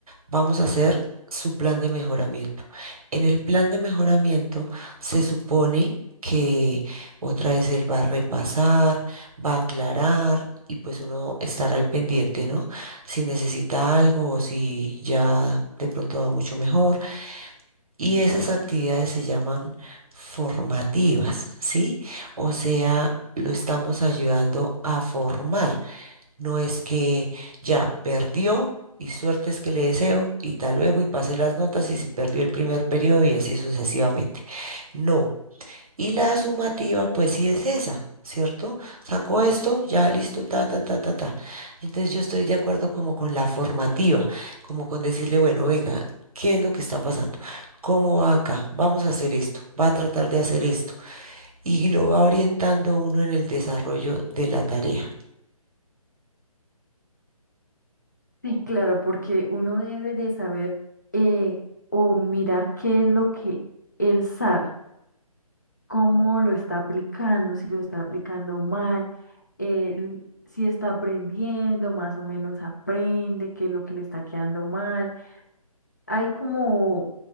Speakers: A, on the right; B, on the left.
A: Vamos a hacer su plan de mejoramiento. En el plan de mejoramiento se supone que otra vez él va a repasar, va a aclarar y pues uno estará al pendiente, ¿no? Si necesita algo o si ya de pronto va mucho mejor. Y esas actividades se llaman formativas, ¿sí? O sea, lo estamos ayudando a formar. No es que ya perdió y suerte es que le deseo y tal luego y pase las notas y si perdió el primer periodo y así sucesivamente. No. Y la sumativa, pues sí es esa, ¿cierto? Sacó esto, ya listo, ta, ta, ta, ta, ta. Entonces yo estoy de acuerdo como con la formativa, como con decirle, bueno, venga, ¿qué es lo que está pasando? ¿Cómo va acá? Vamos a hacer esto, va a tratar de hacer esto. Y lo va orientando uno en el desarrollo de la tarea.
B: Sí, claro, porque uno debe de saber eh, o mirar qué es lo que él sabe, cómo lo está aplicando, si lo está aplicando mal, eh, si está aprendiendo, más o menos aprende, qué es lo que le está quedando mal. Hay como